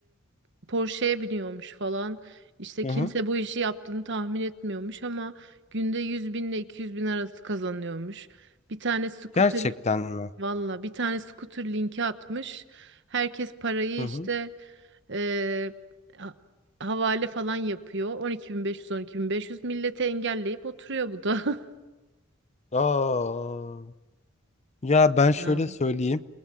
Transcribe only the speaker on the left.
Hı
hı.
Gerçekten mi?
Hı hı.
Aa. Ya ben şöyle
söyleyeyim.